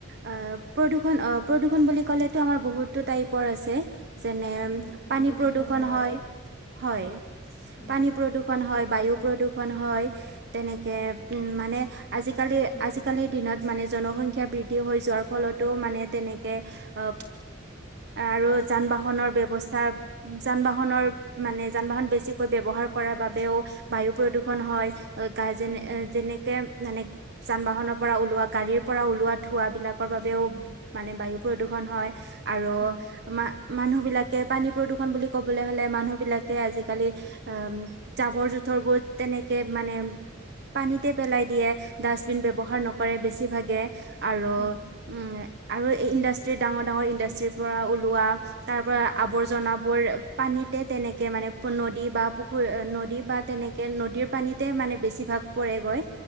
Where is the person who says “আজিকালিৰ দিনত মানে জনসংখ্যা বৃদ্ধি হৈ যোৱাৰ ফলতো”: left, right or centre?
Right